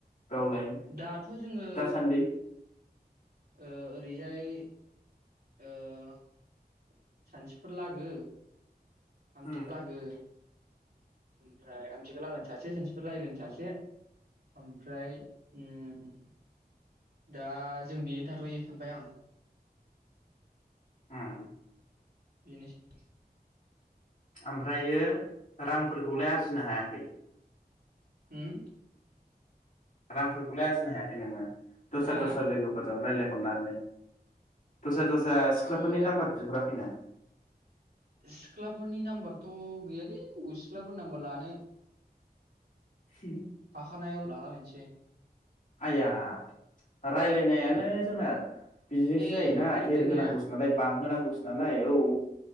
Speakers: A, on the left (about 50°); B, on the right (about 75°).
A: बेयावलाय
B: दाथ' जोङो <inaudible>
A: दासान्दि
B: ओ ओरैजाय ओ <inaudible> सानसुफोर लागो <unintelligible>
A: उम
B: लागो ओमफ्राय आमथिखा लागोन सासे सानथिफुर लागोन सासे, ओमफ्राय उम, दा जों बेनो थाथ'यो ओमफ्राय आं
A: <inaudible> उम
B: बिनो <unintelligible>
A: ओमफ्रायो रांफोरखौलाय आरजिनो हायाखै?
B: होम
A: रांफोरखौलाय आरजिनो हायाखै नोङो? दस्रा
B: हा
A: दस्रा लोगोफोर जों रायलाय अननानै दस्रा दस्रा सिख्लाफोरनि
B: आं दा
A: नाम्बार बिहराखै नों?
B: सिख्लाफोरनि नाम्बारथ' गैयालै अबे सिख्लाफोरनि नाम्बार लानो।
A: <unintelligible>
B: थाखानायाव लाला बायनोसै
A: आया रायलायनायानो जोंना बिदि जोंसो
B: ए
A: जायोना
B: रायलायनाया
A: एरहो नांगौसो नालाय बांहो नांगौ <unintelligible> नालाय औ